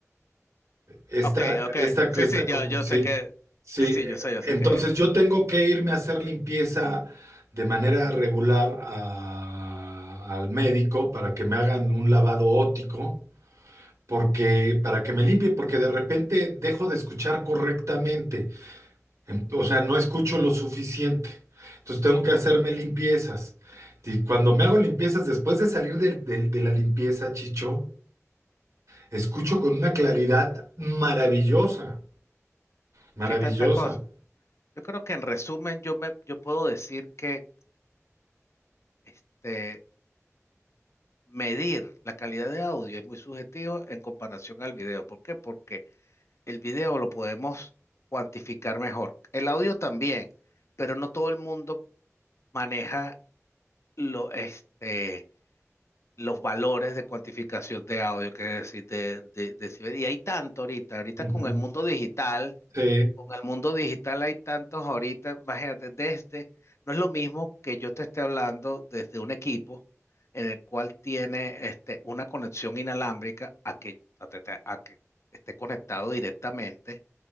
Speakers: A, on the right; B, on the left.
A: Esta,
B: ok, ok,
A: esta,
B: sí,
A: esta
B: sí, yo,
A: como,
B: yo
A: sí,
B: sé que,
A: sí.
B: sí, sí, yo sé, yo
A: Entonces
B: sé que es eso.
A: yo tengo que irme a hacer limpieza de manera regular a- al médico para que me hagan un lavado óptico, porque, para que me limpie, porque de repente dejo de escuchar correctamente, Em- o sea, no escucho lo suficiente. Entonces tengo que hacerme limpiezas. Y cuando me hago limpiezas, después de salir de de- de la limpieza, Chicho, escucho con una claridad maravillosa. Maravillosa.
B: ¿Qué tantas cosas? Yo creo que en resumen yo me, yo puedo decir que, este, medir la calidad de audio es muy subjetivo en comparación al video. ¿Por qué? Porque el video lo podemos cuantificar mejor. El audio también, pero no todo el mundo maneja lo, este, los valores de cuantificación de audio, que es decir, de, de, de decibel. Y hay tanto ahorita, ahorita
A: Ujú.
B: con el mundo digital
A: Sí,
B: con el mundo digital hay tantos ahorita, imagínate, desde, no es lo mismo que yo te esté hablando desde un equipo en el cual tiene este, una conexión inalámbrica a que, a te- te- a que esté conectado directamente